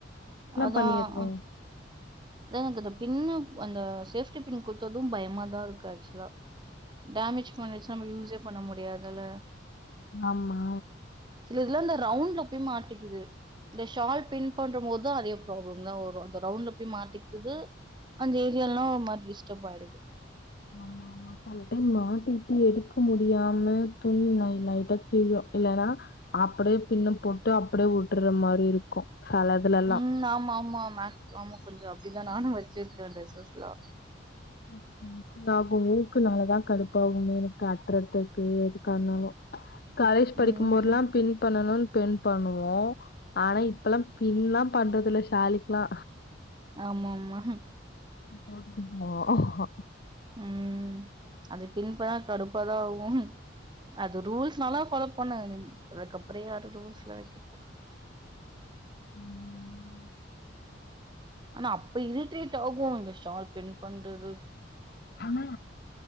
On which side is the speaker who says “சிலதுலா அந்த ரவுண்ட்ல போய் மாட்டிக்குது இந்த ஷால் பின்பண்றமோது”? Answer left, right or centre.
Right